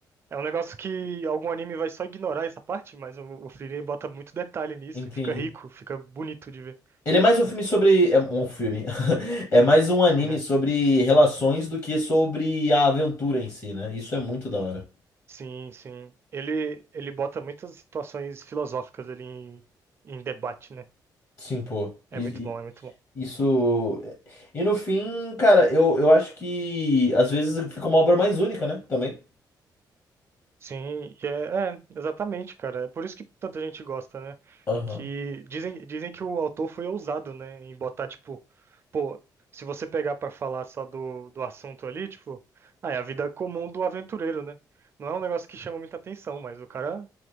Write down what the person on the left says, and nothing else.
Entendi.
Ele é mais um filme sobre. É um filme. <laughs> É mais um anime
sobre relações do que sobre a aventura em si, né? Isso é muito da hora.
Sim, pô.
E-
e-
isso. E no fim, cara, eu, eu acho que às vezes fica uma obra mais única, né? Também.
Aham.